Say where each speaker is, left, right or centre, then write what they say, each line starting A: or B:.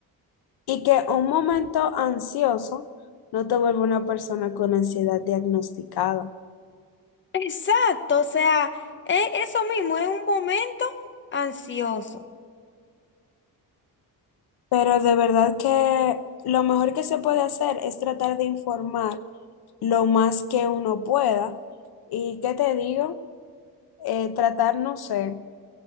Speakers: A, on the left (about 90°); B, on the left (about 30°).
A: Y que un momento ansioso no te vuelve una persona con ansiedad diagnosticada.
B: Exacto, o sea, e- eso mismo, es un momento ansioso.
A: Pero de verdad que lo mejor que se puede hacer es tratar de informar lo más que uno pueda. ¿Y qué te digo? Eh, tratar, no sé,